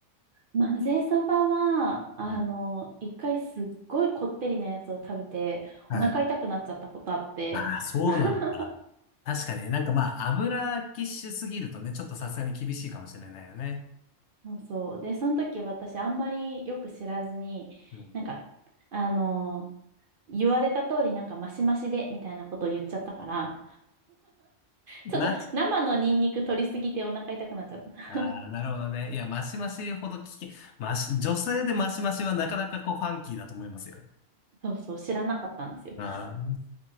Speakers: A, on the right (about 55°); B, on the left (about 70°).
A: 混ぜそばは、あの、
B: うん。
A: 一回すっごいこってりなやつを食べて、
B: はい。
A: お腹痛くなっちゃったことあって、
B: ああ、そうなんだ。
A: <laughs>
B: 確かになんかまあ、油キッシュすぎるとね、ちょっとさすがに厳しいかもしれないよね。
A: そうそう。で、その時私あんまりよく知らずに、
B: うん。
A: なんか、あの、言われた通りなんかマシマシでみたいなことを言っちゃったから、ちょっと生のニンニク取りすぎてお腹痛くなっちゃった。
B: まし、ああ、なるほどね。いや、マシマシほど聞き、マシ、女性でマシマシはなかなかこうファンキーだと思いますよ。
A: そうそう、知らなかったんですよ。
B: ああ、